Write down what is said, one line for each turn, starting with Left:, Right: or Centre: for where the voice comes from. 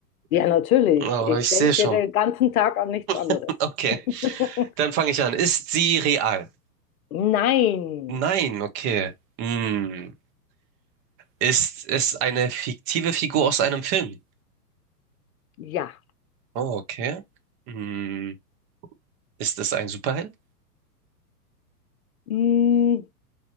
Left: Ja, natürlich.
Right: Oh,
Left: Ich
Right: ich
Left: denke
Right: sehe schon.
Left: den ganzen Tag an nichts anderes.
Right: <laughs> Okay,
Left: <laughs>
Right: dann fange ich an. Ist sie real?
Left: Nein.
Right: Nein, okay. Hm. Ist es eine fiktive Figur aus einem Film?
Left: Ja.
Right: Oh, okay. Hm. Ist es ein Superheld?
Left: Mm,